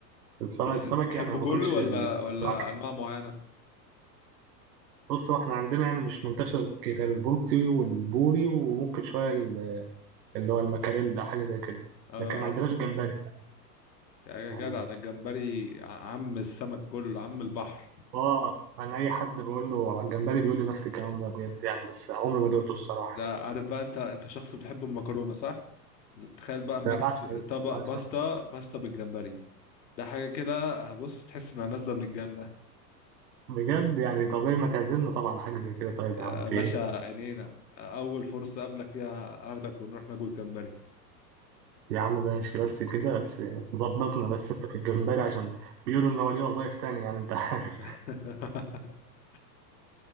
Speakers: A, on the right; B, on the left.
A: بس انا
B: بت-
A: السمك
B: بتحبه
A: يعني ما باكلش
B: كله ولا
A: البراكت
B: ولا انواع معينه
A: بص هو احنا عندنا يعني مش منتشر غير البلطي والبوري وممكن شويه ال- اللي هو المكاريل حاجه زي كده
B: اه
A: لكن ما عندناش
B: عارف
A: جمبري للأسف.
B: يا
A: يعني
B: جدع ده الجمبري ع- عم السمك كله عم البحر
A: اه انا اي حد بقول له على الجمبري بيقول لي نفس الكلام ده بجد يعني بس عمري ما دقته الصراحه
B: ده
A: يعني
B: عارف بقى انت انت شخص بتحب المكرونه صح تخيل بقى ميكس
A: ده بعشق
B: طبق
A: بعشق.
B: باستا باستا بالجمبري ده حاجه كده هبص تحس انها نازله من الجنه
A: بجد يعني طبيعي ما تعزمنا طبعا على حاجه زي كده طيب
B: يا
A: يا عم في
B: باشا
A: ايه
B: عينينا اول فرصه اقابلك فيها هاخدك ونروح ناكل جمبري
A: يا عم ماشي بس كده بس ظبطنا بس انت في الجمبري عشان بيقولوا ان هو ليه وظايف تانية يعني انت عارف
B: <laughs>